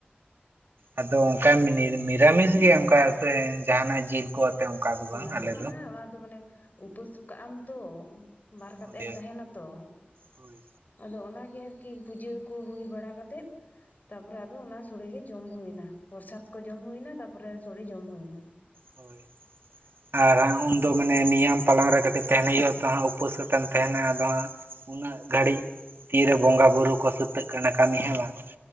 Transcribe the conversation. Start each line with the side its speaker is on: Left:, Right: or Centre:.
Right: ᱟᱫᱚ ᱚᱱᱠᱟ ᱢᱤᱨᱟᱢᱤᱥ ᱜᱮ ᱚᱱᱠᱟ ᱥᱮ ᱡᱟᱦᱟᱱᱟᱜ ᱡᱤᱞ ᱠᱚ? ᱚᱱᱠᱟ ᱵᱟᱝ
Left: ᱚᱱᱟ
Right: ᱟᱞᱮ
Left: ᱫᱚ ᱵᱟᱝᱟ ᱚᱱᱟ ᱫᱚ ᱢᱟᱱᱮ ᱩᱯᱟᱹᱥ ᱠᱟᱜ ᱟᱢ ᱛᱚ᱾ ᱵᱟᱨ
Right: ᱦᱳᱭ
Left: ᱠᱟᱛᱮᱫ ᱮᱢ ᱛᱟᱦᱮᱱᱟ ᱛᱚ,
Right: ᱦᱳᱭ
Left: ᱟᱫᱚ ᱚᱱᱟᱜᱮ ᱟᱨᱠᱤ ᱯᱩᱡᱟᱹ ᱠᱚ ᱦᱩᱭ ᱵᱟᱲᱟ ᱠᱟᱛᱮᱫ, ᱛᱟᱯᱚᱨᱮ ᱟᱫᱚ ᱚᱱᱟ ᱥᱚᱲᱮᱜᱮ ᱡᱚᱢ ᱦᱩᱭᱱᱟ, ᱯᱨᱚᱥᱟᱫ ᱠᱚ ᱡᱚᱢ ᱦᱩᱭᱱᱟ ᱛᱟᱯᱚᱨᱮ ᱥᱚᱲᱮ ᱡᱚᱢ ᱦᱩᱭ ᱱᱟ᱾
Right: ᱦᱳᱭ᱾ ᱟᱨᱚ ᱦᱟᱸᱜ ᱩᱱᱫᱚ ᱢᱟᱱᱮ ᱱᱤᱭᱚᱢ ᱯᱟᱞᱚᱱ ᱨᱮ ᱠᱟᱹᱴᱤᱡ ᱛᱟᱦᱮᱸᱱ ᱦᱳᱭᱳᱜᱼᱟ ᱛᱚ ᱦᱟᱸᱜ ᱩᱯᱟᱹᱥ ᱠᱟᱛᱮᱢ ᱛᱟᱦᱮᱱᱟ ᱟᱫᱚ ᱦᱟᱸᱜ, ᱩᱱᱟᱹᱜ ᱜᱷᱟᱹᱲᱤᱡ ᱛᱤᱨᱮ ᱵᱚᱸᱜᱟ ᱵᱩᱨᱩ ᱠᱚ ᱥᱟᱹᱛᱟᱹᱜ ᱠᱟᱱᱟ ᱠᱟᱹᱢᱤ ᱦᱮᱸ ᱵᱟᱝ,